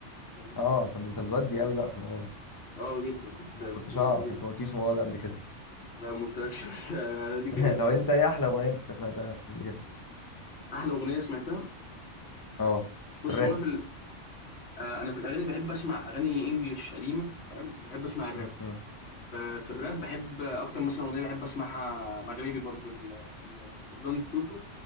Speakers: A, on the left; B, on the left.
A: فاهم
B: اه طب انت بتودي قوي بقى في الموضوع ده
A: اه جدا كنت
B: ما
A: كنت
B: كنتش
A: مودي
B: اعرف
A: جدا
B: انت ما قلتليش الموضوع ده قبل كده
A: لا ما قلتلكش بس آه، دي
B: <laughs>
A: عرفتها
B: طب انت ايه احلى اغنيه انت سمعتها قبل كده
A: احلى اغنيه سمعتها
B: اه
A: بُص،
B: في الراب
A: هو أنا في ال آآ أنا في الأغاني باحب أسمع أغاني English قديمة فاهم، وباحب أسمع الراب،
B: مم. مم.
A: ف في الراب باحب أكتر مثلًا أغنية باحب أسمعها مغربي برضه ل ل لجراند توتو